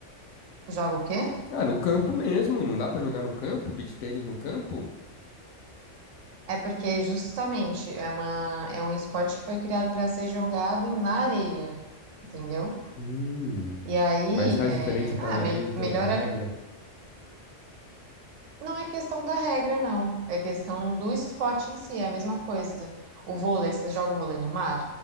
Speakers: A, on the right; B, on the left.
A: joga o quê?
B: Ah, no campo mesmo, não dá pra jogar no campo? Beach tênis no campo?
A: É porque justamente é uma, é um esporte que foi criado para ser jogado na areia, entendeu?
B: Hum.
A: E aí,
B: Mas faz
A: é,
B: diferença tá
A: ah,
B: na
A: me-
B: areia, então,
A: melhor
B: pra regra?
A: é, não é questão da regra, não. É questão do esporte em si, é a mesma coisa. O vôlei, você joga o vôlei no mar?